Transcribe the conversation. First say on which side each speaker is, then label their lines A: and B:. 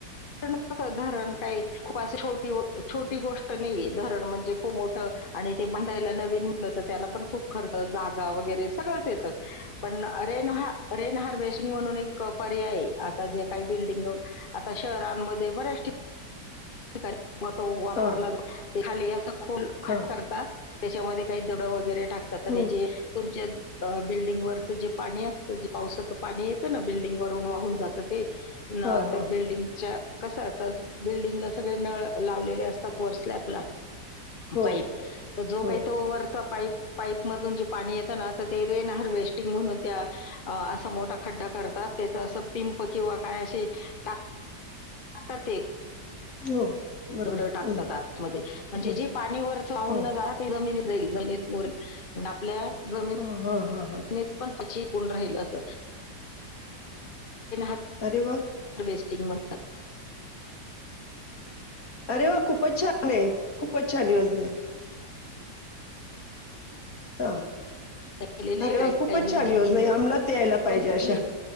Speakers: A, on the left; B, on the left.
A: <unintelligible> धरण काही खूप अशी छोटी व छोटी गोष्ट नाहीये धरण म्हणजे खूप मोठं आणि ते बनधयला नवीन म्हटलं तर त्याला पण खूप खर्च जागा वगैरे सगळंच येतं. पण अरे नहा अरे नहार वैष्णो म्हणून एक पर्याय आता जे काही बिल्डिंग आता शहरांम मध्ये बराच ठि-ठिकाणी म तो वापरला
B: हा
A: जा <inaudible> खाली असं खोल खट
B: हा
A: करतात त्याच्यामध्ये काही दडं वगैरे टाकतात आणि
B: हम्म
A: जे तुमच्या अ बिल्डिंग वरचं जे पाणी असतं जे पावसाचं पाणी येतं ना बिल्डिंग वरून वाहून जातं ते ना
B: हा हा
A: त्या बिल्डिंगच्या. कस आता बिल्डिंगला सगळे नळ लावलेले असतात वर स्लॅब ला.
B: हो
A: पाईप तर जो
B: हो
A: काही तो वरचा पाईप पाईपमधून जे पाणी येतं ना तर ते रेन हारवेस्टिंग म्हणून त्या असा मोठा खड्डा करतात. ते असं पिंप किंवा काय असे टाक टाकतात ते.
B: हो बरोबर
A: दगड टाकतात
B: हम्म
A: आतमध्ये म्हणजे
B: ह
A: जे पाणी वरच वावून
B: हो
A: न जात <unintelligible> आपल्या जमी
B: ह हा हा हा
A: ते पण <unintelligible> राहिलं अस <unintelligible>
B: अरे वा!
A: ह्वेस्टिंग म्हणतात.
B: अरे वा! खूपच छान आहे, खूपच छान योजना आहे. हा.
A: केलेलं
B: अरे
A: आहे काही
B: वा! खूपच
A: काही बिल्डिंग
B: छान योजना आहे. अमलात यायला पाहिजे
A: बघितले
B: अशा.